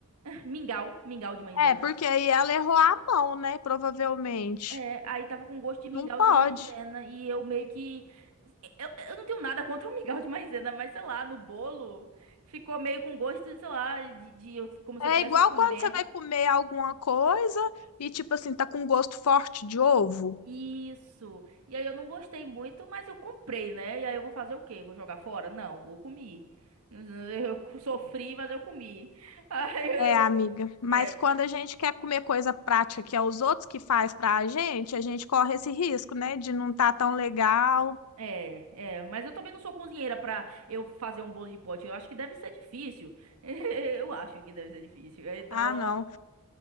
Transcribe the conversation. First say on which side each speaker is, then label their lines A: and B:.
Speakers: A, on the right; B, on the left.
A: Mingau, mingau de maisena.
B: é, porque aí ela errou a mão, né? Provavelmente.
A: É, aí tava com gosto de mingau
B: Não pode.
A: de maisena e eu meio que eu, eu não tenho nada contra o mingau de maisena, mas sei lá, no bolo ficou meio com gosto, sei lá, de, de eu- como se
B: É
A: eu estivesse
B: igual
A: comendo.
B: quando você vai comer alguma coisa e, tipo assim, tá com gosto forte de ovo.
A: Isso. E aí eu não gostei muito, mas eu comprei, né? E aí eu vou fazer o quê? Vou jogar fora? Não, eu comi. Eu sofri, mas eu comi. <laughs> Aí eu,
B: É, amiga. Mas
A: é,
B: quando a gente quer comer coisa prática que é os outros que faz pra gente, a gente corre esse risco, né? De não tá tão legal.
A: É, é, mas eu também não sou cozinheira pra eu fazer um bolo de pote. Eu acho que deve ser difícil. <laughs> Eu acho que deve ser difícil. Então,
B: Ah, não.